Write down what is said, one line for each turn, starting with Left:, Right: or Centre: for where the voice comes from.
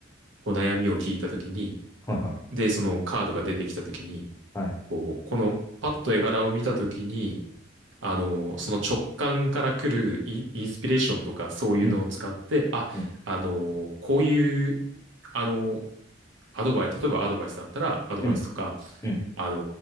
Right: こう悩みを聞いた時に、
Left: はいはい、
Right: で、そのカードが出てきた時に、
Left: はい。
Right: こう、このパッと絵柄を見た時に、あの、その直感から来るイン、インスピレーションとかそういうのを使って、
Left: うん、
Right: あ、
Left: うん、
Right: あの、こういう、あの、アドバイ、例えばアドバイスだったらアドバイスとか、
Left: うん、うん、
Right: あの、